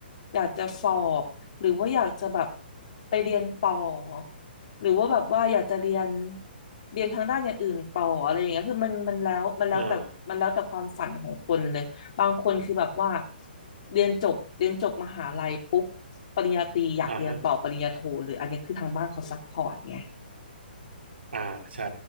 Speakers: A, on the left; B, on the right.
A: อยากจะสอบหรือว่าอยากจะแบบไปเรียนต่อหรือว่าแบบว่าอยากจะเรียนเรียนทางด้านอย่างอื่นต่ออะไรอย่างเงี้ยคือมันมันแล้วมันแล้วแต่มันแล้วแต่ความฝันของคนเลยบางคนคือแบบว่า
B: อ่า
A: เรียนจบเรียนจบมหาลัยปุ๊บปริญญาตรีอยากเรียนต่อปริญญาโทเลยอันนี้คือทางบ้านเขาซัพพอร์ตไง
B: อ่าฮะอ่าใช่